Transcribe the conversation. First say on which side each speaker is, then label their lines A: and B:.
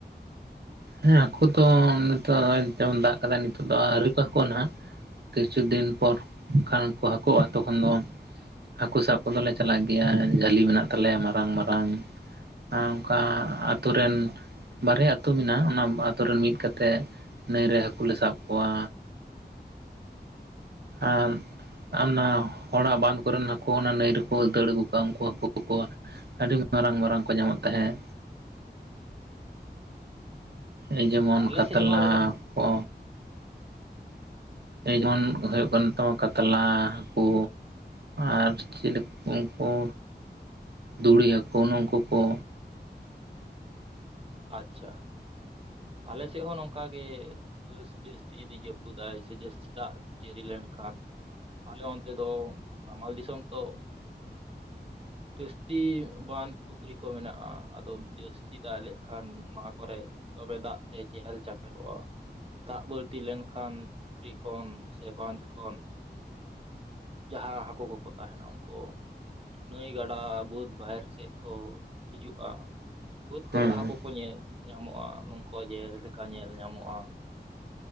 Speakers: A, on the right; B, on the right.
A: ᱦᱮᱸ ᱦᱟᱹᱠᱩ ᱫᱚ ᱱᱤᱛᱳᱜ ᱛᱮᱢᱚᱱ ᱫᱟᱜ ᱟᱠᱟᱫᱟᱭ ᱱᱤᱛᱳᱜ ᱫᱚ ᱟᱹᱣᱨᱤ ᱠᱚ ᱦᱟᱹᱠᱩᱜ-ᱟ ᱱᱷᱟᱜ ᱠᱤᱪᱷᱩ ᱫᱤᱱ ᱯᱚᱨ ᱠᱷᱟᱱ ᱠᱚ ᱦᱟᱹᱠᱩᱜ-ᱟ ᱛᱚᱠᱷᱚᱱ ᱫᱚ ᱦᱟᱹᱠᱩ ᱥᱟᱵ ᱠᱚᱫᱚ ᱞᱮ ᱪᱟᱞᱟᱜ ᱜᱮᱭᱟ ᱡᱷᱟᱹᱞᱤ ᱢᱮᱱᱟᱜ ᱛᱟᱞᱮᱭᱟ ᱢᱟᱨᱟᱝ ᱢᱟᱨᱟᱝ ᱚᱱᱠᱟ ᱟᱛᱳ ᱨᱮᱱ ᱵᱟᱨᱭᱟ ᱟᱹᱛᱩ ᱢᱮᱱᱟᱜ-ᱟ ᱚᱱᱟ ᱟᱹᱛᱩ ᱨᱮᱱ ᱢᱤᱫ ᱠᱟᱛᱮ ᱛᱮ ᱱᱟᱹᱭ ᱨᱮ ᱦᱟᱹᱠᱩ ᱞᱮ ᱥᱟᱵ ᱠᱚᱣᱟ ᱟᱨ ᱚᱱᱟ ᱦᱚᱲᱟᱜ ᱵᱟᱸᱫᱷ ᱠᱚᱨᱮᱱ ᱦᱟᱹᱠᱩ ᱚᱱᱟ ᱱᱟᱹᱭ ᱨᱮᱠᱚ ᱫᱟᱹᱲ ᱟᱹᱜᱩ ᱠᱟᱜᱼᱟ ᱩᱱᱠᱩ ᱦᱟᱹᱠᱩ ᱠᱚ ᱟᱹᱰᱤ ᱢᱟᱨᱟᱝ ᱢᱟᱨᱟᱝ ᱠᱚ ᱧᱟᱢᱚᱜ ᱛᱟᱦᱮᱸᱜ ᱮᱭ ᱡᱮᱢᱚᱱ
B: ᱟᱪᱪᱷᱟ ᱟᱞᱮ
A: ᱠᱟᱛᱞᱟ
B: ᱥᱮᱫ ᱦᱚᱸ
A: ᱠᱚ ᱮᱭ ᱡᱮᱢᱚᱱ ᱦᱳᱜᱳᱜ ᱠᱟᱱ ᱛᱟᱢᱟ ᱠᱟᱛᱞᱟ ᱦᱟᱹᱠᱩ ᱟᱨ ᱪᱮᱞᱮᱠ ᱩᱱᱠᱩ ᱫᱷᱩᱲᱤ ᱦᱟᱠᱩ ᱱᱚᱠᱩ ᱠᱚ
B: ᱟᱪᱪᱷᱟ ᱟᱞᱮ ᱥᱮᱫ ᱦᱚᱸ ᱱᱚᱝᱠᱟ ᱜᱮ ᱵᱟᱹᱥ ᱡᱟᱹᱥᱛᱤ ᱡᱩᱫᱤ ᱡᱟᱹᱯᱩᱫᱟᱭ ᱥᱮ ᱡᱟᱹᱥᱛᱤ ᱫᱟᱜ ᱡᱟᱹᱲᱤ ᱞᱮᱱᱠᱷᱟᱱ ᱟᱞᱮ ᱚᱱᱛᱮ ᱫᱚ ᱱᱟᱢᱟᱞ ᱫᱤᱥᱚᱢ ᱛᱚ ᱡᱟᱹᱥᱛᱤ ᱵᱟᱸᱫᱷ ᱯᱩᱠᱷᱨᱤ ᱠᱚ ᱢᱮᱱᱟᱜᱼᱟ ᱟᱫᱚ ᱡᱟᱹᱥᱛᱤ ᱫᱟᱜ ᱞᱮᱠᱷᱟᱱ ᱚᱱᱟ ᱠᱚᱨᱮ ᱛᱚᱵᱮ ᱫᱟᱜ ᱛᱮ ᱪᱮᱦᱮᱞ ᱪᱟᱯᱮᱞᱚᱜᱼᱟ ᱫᱟᱜ ᱵᱟᱹᱲᱛᱤ ᱞᱮᱱ ᱠᱷᱟᱱ ᱯᱩᱠᱷᱨᱤ ᱠᱷᱚᱱ ᱥᱮ ᱵᱟᱸᱫᱷ ᱠᱷᱚᱱ ᱡᱟᱦᱟᱸ ᱦᱟᱹᱠᱩ ᱠᱚᱠᱚ ᱛᱟᱦᱮᱱᱟ ᱩᱱᱠᱩ ᱱᱟᱹᱭ ᱜᱟᱰᱟ ᱵᱟᱹᱫᱽ ᱵᱟᱦᱮᱨ ᱥᱮᱫ ᱠᱚ ᱦᱤᱡᱩᱜᱼᱟ ᱵᱟᱹᱫᱽ ᱠᱚᱨᱮ
A: ᱦᱮᱸ
B: ᱦᱟᱹᱠᱩ ᱠᱚ ᱧᱟᱹ ᱧᱟᱢᱚᱜᱼᱟ ᱱᱚᱝᱠᱟ ᱡᱮᱞᱮᱠᱟ ᱧᱮᱞ ᱧᱟᱢᱚᱜᱼᱟ